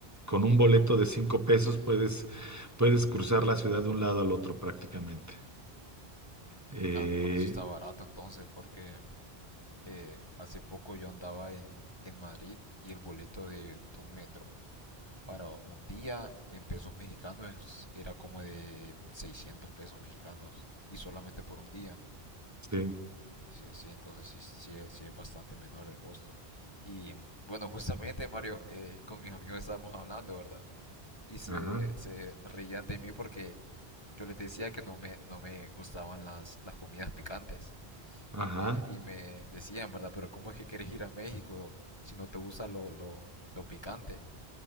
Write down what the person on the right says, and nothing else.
Con un boleto de cinco pesos puedes, puedes cruzar la ciudad de un lado al otro prácticamente. Eh,
sí,
ajá,
ajá.